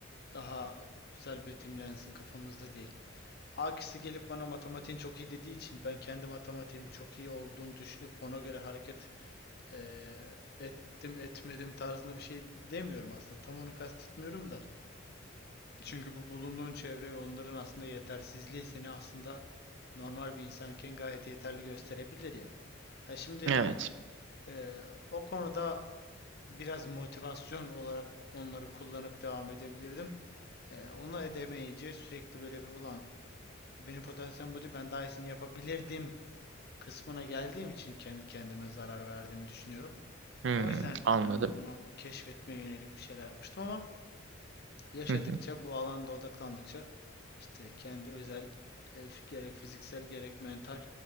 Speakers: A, on the left (about 50°); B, on the right (about 60°).
A: daha güzel betimlensin kafamızda diye. A kişisi gelip bana matematiğin çok iyi dediği için ben kendi matematiğim çok iyi olduğunu düşünüp ona göre hareket eee, ettim etmedim tarzında bir şey demiyorum aslında. Tam onu kastetmiyorum da. Çünkü bu bulunduğun çevre ve onların aslında yetersizliği seni aslında normal bir insanken gayet yeterli gösterebilir ya. Ha şimdi
B: Evet.
A: eee, o konuda biraz motivasyon olarak onları kullanıp devam edebilirdim. Eee onu edemeyince sürekli böyle bir ulan benim potansiyelim bu değil ben daha iyisini yapabilirdim kısmına geldiğim için kendi kendime zarar verdiğimi düşünüyorum.
B: Hmm,
A: O yüzden
B: anladım.
A: hani bunu keşfetmeye yönelik bir şeyler yapmıştım ama yaşadıkça
B: Hı hı,
A: bu alanda odaklandıkça işte kendi özel e, f- gerek fiziksel gerek mental